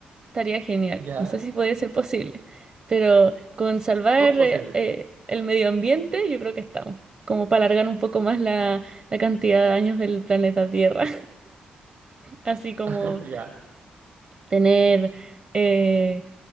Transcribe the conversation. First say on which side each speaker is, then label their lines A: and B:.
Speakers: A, on the right (about 35°); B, on the right (about 60°).
A: estaría genial.
B: Ya,
A: No sé si podría ser posible, pero con salvar
B: todo es posible.
A: eh, eh, el medio ambiente, yo creo que estamos. Como para alargar un poco más la, la cantidad de años del planeta Tierra. así como
B: <laughs> Ya.
A: tener, eh,